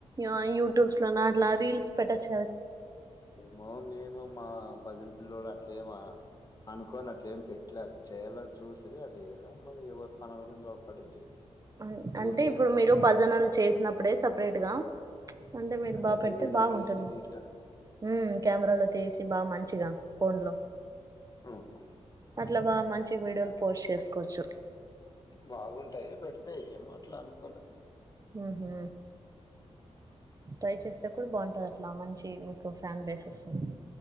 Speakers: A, on the right; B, on the left.
A: ఆ యూట్యూబ్స్ లోనా అట్లా రీల్ స్ పెట్టచ్
B: మామూలు మేము మా భజన పిల్లోలు అట్లే మా అనుకోని అట్లే ఏం పెట్టలే చేయాలని చూసి అది ఏదో మరి ఎవరి పనుల మీద వాళ్ళు పడి
A: అన్ అంటే
B: ఊరికే
A: ఇప్పుడు
B: అయిపోయారు
A: మీరు భజనలు చేసినప్పుడే సపరేట్ గా అంటే మీరు బాగా
B: అదే
A: పెడితే
B: వీడియోలు
A: బాగుంటుంది
B: తీసి నీట్గా
A: ఉమ్ కెమెరాలో తీసి బాగా మంచి చిగా ఫోన్ లో
B: హ్మ్ హ్మ్.
A: అట్ల బాగా మంచి వీడియోలు పోస్ట్ చేసుకోవచ్చు
B: బాగుంటాయి పెడితే ఏమో అట్ల అనుకోలేదు మేము
A: ఉహు ట్రై చేస్తే కూడా బాగుంటది అట్లా మంచి మీకు ఫ్యాన్ బేస్ వస్తుంది